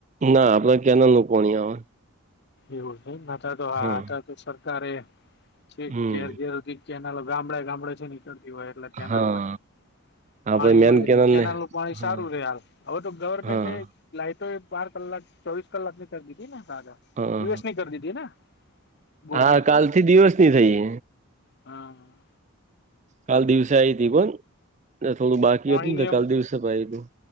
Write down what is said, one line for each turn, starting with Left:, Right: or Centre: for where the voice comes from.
Right: ના આપડે ક્યાના નકોવાની આવે.
Left: એવું નઈ હતા તો
Right: હા
Left: આ હતા તો સરકારે છે
Right: હમ
Left: ઘેર ઘેરધ. કેનાલો ગામડે ગામડે છે નીકળતી હોય એટલે કેનાલ
Right: હા
Left: માંથી
Right: આપડે
Left: પાણી મળી
Right: મેન કેનલ
Left: રહેમ કેનાલ
Right: ને
Left: નું પાણી સારું
Right: હા
Left: ર હ હવે તો ગવર્મેન્ટ
Right: હા
Left: લાઈ તો એ બાર કલાક ચોવીસ કલાક ની થ દીધી ને તાજા
Right: હા
Left: ન કરી દીધી ને બોરની
Right: હા કાલ થી દિવસ ની થઈ
Left: હમ.
Right: કાલ દિવસે આવી હતી પણ થોડું બાકી
Left: પાણી
Right: હતું ને
Left: ની
Right: તો કાલ
Left: એમ
Right: દિવસે પણ આવી હતું